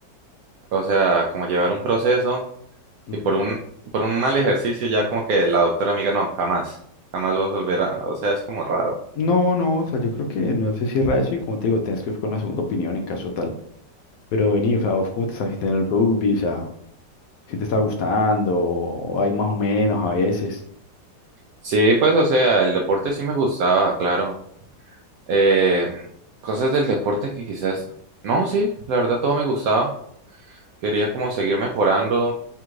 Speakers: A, on the right; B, on the left.
A: O sea, como llevar un proceso.
B: Ujú.
A: Y por un, por un mal ejercicio ya como que la doctora amiga, no, jamás, jamás vas a volver a, o sea, es como raro.
B: No, no, o sea, yo creo que no se cierra eso y como te digo, tienes que ir con una segunda opinión en caso tal. Pero vení, o sea, ¿vos ¿cómo te estás sintiendo en el rugby? O sea, si te está gustando, o hay más o menos a veces.
A: Sí, pues, o sea, el deporte sí me gustaba, claro. Eh, cosas del deporte que quizás, no, sí, la verdad todo me gustaba. Quería como seguir mejorando.